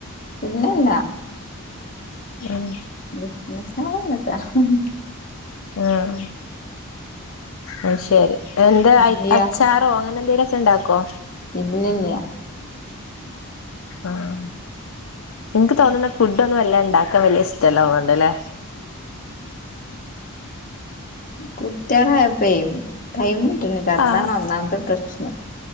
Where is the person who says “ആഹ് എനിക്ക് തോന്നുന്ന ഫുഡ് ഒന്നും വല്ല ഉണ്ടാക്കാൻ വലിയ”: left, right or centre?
Left